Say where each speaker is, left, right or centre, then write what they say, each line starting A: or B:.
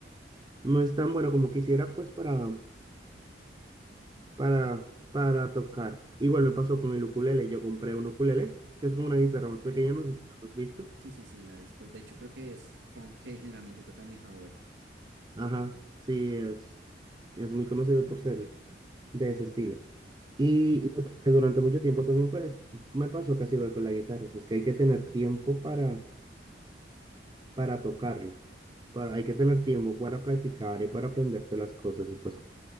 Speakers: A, on the right; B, on the right.
A: no es tan bueno como quisiera pues para, para, para tocar. Igual me pasó con el ukulele, yo compré un ukulele, que es como una guitarra más pequeña,
B: Ok.
A: no sé si lo has visto.
B: Sí, sí, sí, la he visto. De hecho, creo que es con que generalmente tocan en Hawái.
A: Ajá, sí, es, es muy conocido por ser de ese estilo. Y lo toqué durante mucho tiempo también, pero me pasó casi igual con la guitarra. O sea, es que hay que tener tiempo para, para tocarlo. Para, hay que tener tiempo para practicar y para aprenderte las cosas. Y pues,